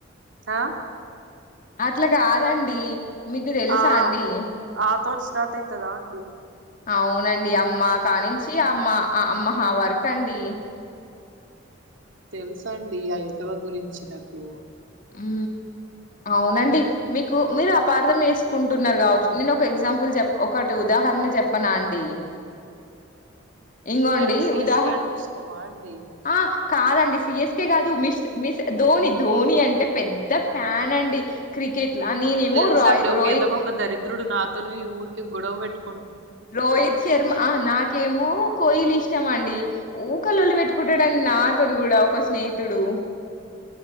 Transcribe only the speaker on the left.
అట్లా కాదండి మీకు తెలుసా
అండి
అవునండి అమ్మ కానించి అమ్మ అం అహ వరకండి
ఉ అవునండి మీకు మీరు అపార్థం చేసుకుంటున్నారు కావచ్చు నేను ఒక ఎగ్జాంపుల్ చెప్ప ఒకటి ఉదాహరణ చెప్పనా అండి ఇంగోండి
ఉదాహరణ
ఆ కాదండి సి యెస్ కె కాదు మిస్ మిస్ ధోని ధోని అంటే అంటే పెద్ద ఫ్యాన్ అండి క్రికెట్ లా నేనేమో
రాయ్
రోహిత్
రోహిత్ శర్మ నాకేమో కోహ్లీ ఇష్టమ అండి ఊకలళ్ళు పెట్టుకుంటాడని నాతోని కూడా ఒక స్నేహితుడు